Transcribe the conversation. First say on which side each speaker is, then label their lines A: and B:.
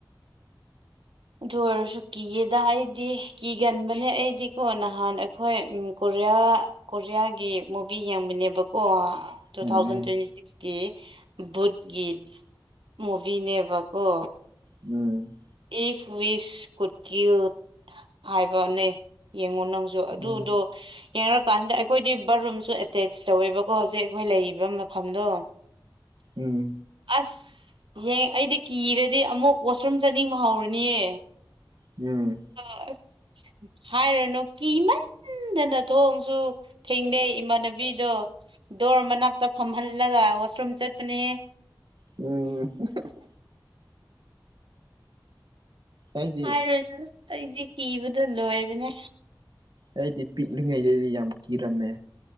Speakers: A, on the right; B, on the right.
A: ꯑꯗꯨ ꯑꯣꯏꯔꯁꯨ ꯀꯤꯌꯦꯗ ꯑꯩꯗꯤ ꯀꯤꯒꯟꯕꯅꯦ ꯑꯩꯗꯤꯀꯣ ꯅꯍꯥꯟ ꯑꯩꯈꯣꯏ ꯎꯝ ꯀꯣꯔꯤꯌꯥ ꯀꯣꯔꯤꯌꯥꯒꯤ ꯃꯨꯚꯤ ꯌꯦꯡꯕꯅꯦꯕꯀꯣ ꯇꯨ
B: ꯎꯝ
A: ꯊꯥꯎꯖꯟ ꯇ꯭ꯋꯦꯟꯇꯤ ꯁꯤꯛꯁꯀꯤ ꯚꯨꯠꯀꯤ ꯃꯨꯚꯤꯅꯦꯕꯀꯣ
B: ꯎꯝ
A: ꯏꯐ ꯋꯤꯁ ꯀꯨꯠ ꯀꯤꯜ ꯍꯥꯏꯕꯅꯦ ꯌꯦꯡꯉꯣ ꯅꯪꯁꯨ ꯑꯗꯨꯗꯣ
B: ꯎꯝ
A: ꯌꯦꯡꯔꯇꯥꯟꯗ ꯑꯩꯈꯣꯏꯗꯤ ꯕꯥꯠꯔꯨꯝꯁꯨ ꯑꯦꯇꯦꯆ ꯇꯧꯋꯦꯕꯀꯣ ꯍꯧꯖꯤꯛ ꯑꯩꯈꯣꯏ ꯂꯩꯔꯤꯕ ꯃꯐꯝꯗꯣ
B: ꯎꯝ ꯎꯝ
A: ꯑꯥꯁ ꯌꯦꯡ ꯑꯩꯗꯤ ꯀꯤꯔꯗꯤ ꯑꯃꯨꯛ ꯋꯥꯁꯔꯨꯝ ꯆꯠꯅꯤꯡꯕ ꯍꯧꯔꯅꯤꯌꯦ
B: ꯎꯝ
A: ꯑ ꯑꯁ ꯍꯥꯏꯔꯅꯣ ꯀꯤꯃꯟ ꯑꯟꯗꯅ ꯊꯣꯡꯁꯨ ꯊꯤꯡꯗꯦ ꯏꯃꯥꯟꯅꯕꯤꯗꯣ ꯗꯣꯔ ꯃꯅꯥꯛꯇ ꯐꯝꯍꯜꯂꯒ ꯋꯥꯁꯔꯨꯝ ꯆꯠꯄꯅꯦꯍꯦ
B: ꯎꯝ <unintelligible> ꯑꯩꯗꯤ
A: ꯍꯥꯏꯔꯅꯨ ꯑꯩꯗꯤ ꯀꯤꯕꯗ ꯂꯣꯏꯕꯅꯦ
B: ꯑꯩꯗꯤ ꯄꯤꯛꯂꯤꯉꯩꯗꯗꯤ ꯌꯥꯝ ꯀꯤꯔꯝꯃꯦ